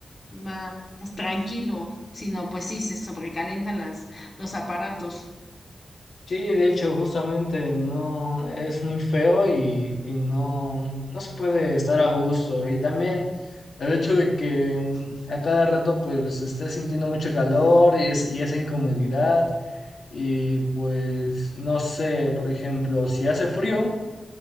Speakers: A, on the left (about 40°); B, on the left (about 70°).
A: más tranquilo, sino pues sí, se sobrecalientan las, los aparatos.
B: Sí, de hecho, justamente no es muy feo y, y no, no se puede estar a gusto. Y también el hecho de que mm, a cada rato pues estés sintiendo mucho calor y, es, y esa incomodidad. Y pues no sé, por ejemplo, si hace frío.